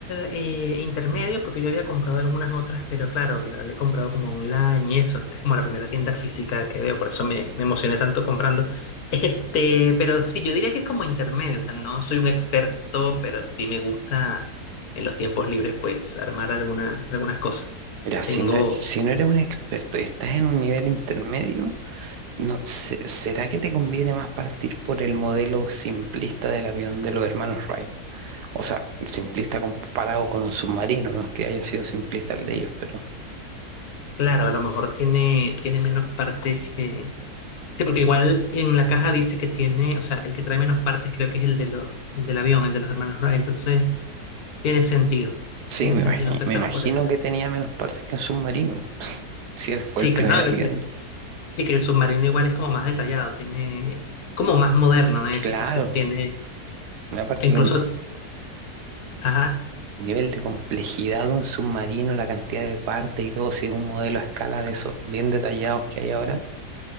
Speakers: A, on the left (about 70°); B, on the right (about 80°).
A: eh, intermedio, porque yo había comprado algunas otras, pero claro, la había comprado como online y eso. Esta es como la primera tienda física que veo, por eso me, me emocioné tanto comprando. Este, pero sí, yo diría que es como intermedio, o sea, no soy un experto, pero sí me gusta en los tiempos libres, pues, armar alguna- algunas cosas.
B: Mira,
A: Tengo,
B: si no, si no eres un experto y estás en un nivel intermedio, No, se- ¿será que te conviene más partir por el modelo simplista del avión de los hermanos Wright? O sea, simplista comparado con un submarino, no es que haya sido simplista el de ellos, pero
A: claro, a lo mejor tiene, tiene menos partes que Sí, porque igual en la caja dice que tiene, o sea, el que trae menos partes creo que es el de los, el del avión, el de los hermanos Wright, entonces tiene sentido,
B: sí,
A: tiene
B: me
A: sentido
B: imagino,
A: empezar
B: me imagino
A: por eso.
B: que tenía menos partes que un submarino, si él fue
A: Sí,
B: el primer
A: claro, no,
B: avión.
A: eh, sí que el submarino igual es como más detallado, tiene, como más moderno de
B: Claro,
A: hecho, entonces tiene,
B: aparte
A: incluso,
B: que el
A: ajá,
B: el nivel de complejidad de un submarino, la cantidad de partes y todo, si es un modelo a escala de esos bien detallados que hay ahora.